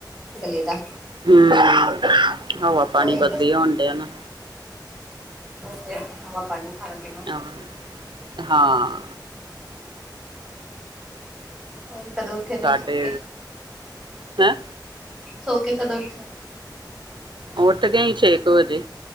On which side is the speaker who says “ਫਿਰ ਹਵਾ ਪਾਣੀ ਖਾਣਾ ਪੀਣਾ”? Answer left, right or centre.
Centre